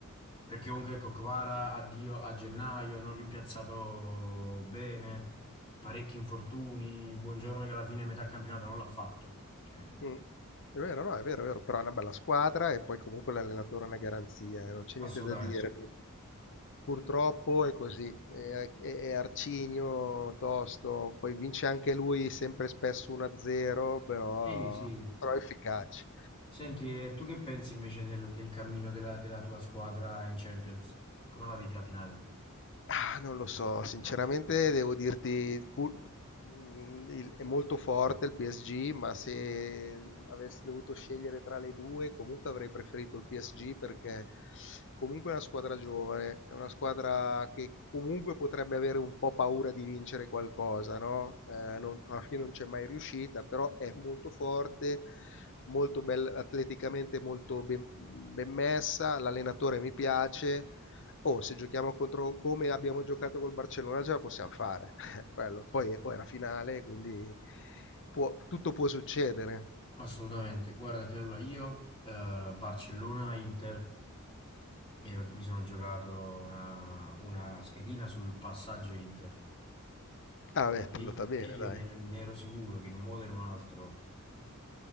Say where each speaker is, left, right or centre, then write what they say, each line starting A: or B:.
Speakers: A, on the left; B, on the left.
A: Perché comunque ecco, Kvara addio a gennaio, non rimpiazzato bene, parecchi infortuni, Buongiorno che alla fine metà campionato non l'ha fatto. Cioè,
B: Mm. È vero, no, è vero, è vero, però è una bella squadra e poi comunque l'allenatore è una garanzia, eh, non c'è
A: assolutamente.
B: niente da dire. Purtroppo è così, è, è- è arcigno, tosto, poi vince anche lui sempre e spesso 1-0, però,
A: Sì, sì.
B: però è efficace.
A: Senti, e tu che pensi invece del, del cammino della, della tua squadra in Champions? Come la vedi la finale?
B: Ah, non lo so, sinceramente devo dirti, pur- mh, il- è molto forte il PSG, ma se avessi dovuto scegliere tra le due, comunque avrei preferito il PSG perché comunque è una squadra giovane, è una squadra che comunque potrebbe avere un po' paura di vincere qualcosa, no? Eh, non- alla fine non c'è mai riuscita, però è molto forte, molto bella, atleticamente molto ben, ben messa, l'allenatore mi piace. Oh, se giochiamo contro come abbiamo giocato col Barcellona ce la possiamo fare. <laughs> Quello. Poi oh, è la finale, quindi può- tutto può succedere.
A: Assolutamente. Guarda che allora io, eh, Barcellona-Inter, mi, ero- mi sono giocato una, una schedina sul passaggio Inter,
B: Ah, beh,
A: che,
B: è andata bene,
A: che io
B: dai.
A: ne, ne ero sicuro che in un modo o in un altro.